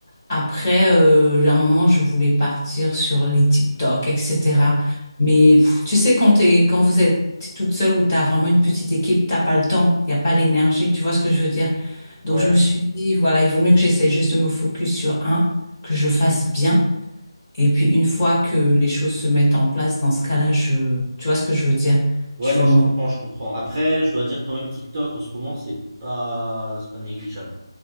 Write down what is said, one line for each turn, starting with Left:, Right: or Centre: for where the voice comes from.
Left: Après, euh, à un moment, je voulais partir sur les TikTok, etc.
Right: Ouais,
Left: Mais pff, tu sais, quand t'es, quand vous êtes toute seule ou t'as vraiment une petite équipe, t'as pas le temps, il n'y a pas l'énergie, tu vois ce que je veux dire?
Right: ouais.
Left: Donc, je me suis dit, voilà, il vaut mieux que j'essaie juste de me focus sur un, que je fasse bien. Et puis, une fois que les choses se mettent en place, dans ce cas-là, je, tu vois ce que je veux dire?
Right: Ouais,
Left: Je
Right: non,
Left: vais monter.
Right: je comprends, je comprends. Après, je dois dire quand même TikTok en ce moment, c'est pas, c'est pas négligeable.